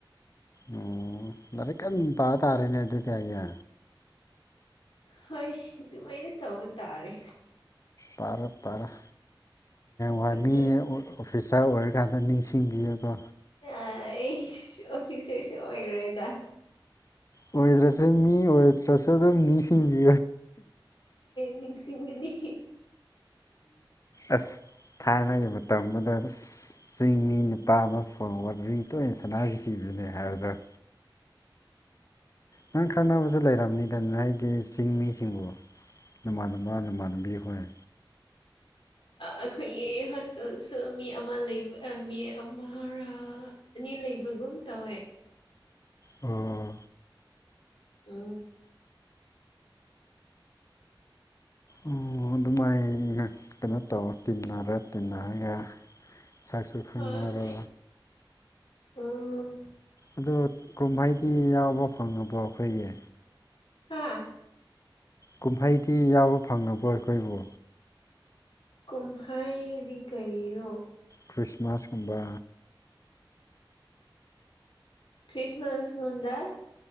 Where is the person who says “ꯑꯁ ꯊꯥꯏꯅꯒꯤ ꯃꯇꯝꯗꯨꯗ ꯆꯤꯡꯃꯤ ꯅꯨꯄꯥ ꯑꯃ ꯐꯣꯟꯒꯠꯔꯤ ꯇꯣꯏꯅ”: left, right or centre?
Left